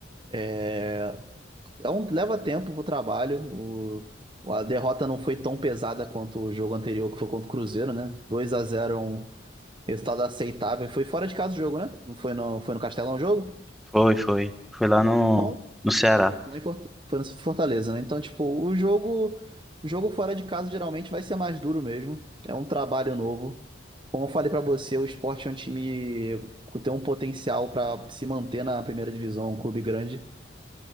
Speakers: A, on the right (about 25°); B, in the centre.
A: é, é um- leva tempo pro trabalho. O, a derrota não foi tão pesada quanto o jogo anterior, que foi contra o Cruzeiro, né? 2 a zero, é um resultado aceitável. Foi fora de casa o jogo, né? Não foi no, foi no Castelão o jogo?
B: Foi, foi. Foi lá no,
A: Então
B: no Ceará.
A: Lá em Forta- Foi no Fortaleza, né? Então, tipo, o jogo, o jogo fora de casa geralmente vai ser mais duro mesmo. É um trabalho novo. Como eu falei pra você, o Sport é um time que tem um potencial pra se manter na primeira divisão, um clube grande.